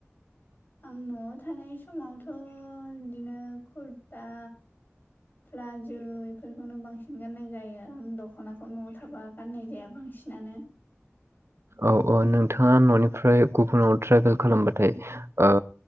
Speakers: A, on the left; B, on the right.
A: आं न'आव थानाय समावथ' बिदिनो कुरता प्लाजु बेफोरखौनो बांसिन गाननाय जायो आं दख'नाखौ न'आव थाबा गाननाय जाया बांसिनानो
B: औ औ नोंथाङा न'निफ्राय गुबुनाव ट्रेभेल खालामबाथाय ओ